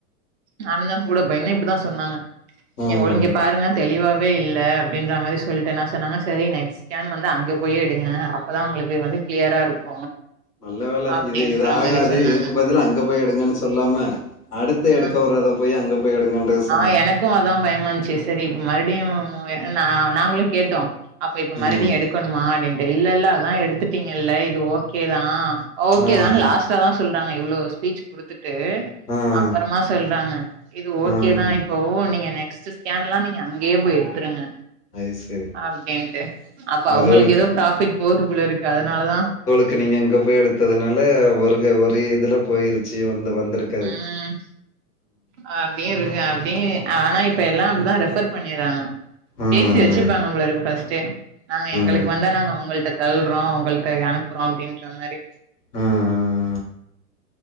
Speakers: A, on the right (about 45°); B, on the left (about 80°).
A: நானுதா கூட போயிந்தே இப்டிதா சொன்னாங்க நீங்க
B: ம்
A: ஒ இங்க பாருங்க தெளிவாவே இல் க அப்டின்ற மாரி சொல்ட்டு என்ன சொன்னாங்க சரி நெக்ஸ்ட் ஸ்கேன் வந்து அங்க போய் எடுங்க அப்பதா உங்களுக்கு வந்து கிளியரா இருக்கு
B: நல்ல வேல
A: அப்டின்ற
B: இது இது ஆகாது
A: மாரி சொன்னாங்க
B: இதுக்கு பதில் அங்க போய் எடுங்கன் சொல்லாம அடுத்த எடுக்க
A: ஆ
B: போறத போய் அங்க போய் எடுங்கன்ற சொல்
A: ஆ எனக்கு அதா பயமா இருந்ச்சுஸ் சரி மறுடியு நா நாங்களு கேட்டோ அப்ப இப்ப மறுடியு
B: ம்
A: எடுக்கணுமா அப்டின் இல்ல இல்ல அதா எடுத்துட்டீங்கல்ல இது ஓகேதா ஓகே
B: ம்
A: தான் லாஸ்ட் <unintelligible> சொல்றாங்க இவ்ளோ ஸ்பீச் குடுத்துட்டு
B: ம்
A: அப்பறமா சொல்றாங்க இது ஓகேதா
B: ம்
A: இப்போ நீங்க நெக்ஸ்ட் ஸ்கேன்லா நீங்க அங்கயே போய் எடுத்துருங்க
B: அது சரி
A: அப்டின்ட்டு அப்ப அவங்களுக்கு
B: அதுகளுக்கு
A: ஏதோ ப்ராஃபிட் போது போல இருக்கு அதுனாலதா
B: க்கு நீங்க இங்க போய் எடுத்ததுனால ஒருக ஒரு இதுல போயிருச்சு வந்து வந்துருக் க
A: ம் ஆ அப்டியே இருங்க அப்டியே ஆனா இப்ப எல்லா அப்டிதா ரெஃப்பர் பண்ணிறாங்க
B: ம்
A: பேசி வச்சுப்பாங்க போல இருக்கு ஃபஸ்ட்டே நாங்க எங்களுக்
B: ம்
A: வந்தா நாங்க உங்கள்ட்ட தல்றோ உங்கள்ட அனுப்புறோ அப்டின்ற மாரி
B: ம்